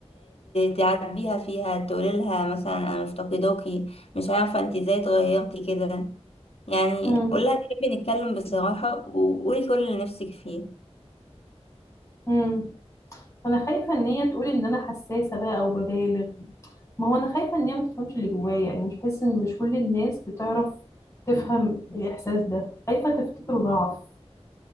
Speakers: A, on the left; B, on the left.
A: تعاتبيها فيها تقولي لها مثلا انا مفتقداكي مش عارفة انت ازاي اتغيرتي كده يعني
B: امم
A: قولها تحبي نتكلم بصراحة وقولي كل اللي نفسك فيه
B: امم انا خايفة ان هي تقول ان انا حساسة بقى او ببالغ ما هو انا خايفه ان هي ما تفهمش اللي جوايا يعني مش بحس ان مش كل الناس بتعرف تفهم الاحساس ده خايفه تفتكره ضعف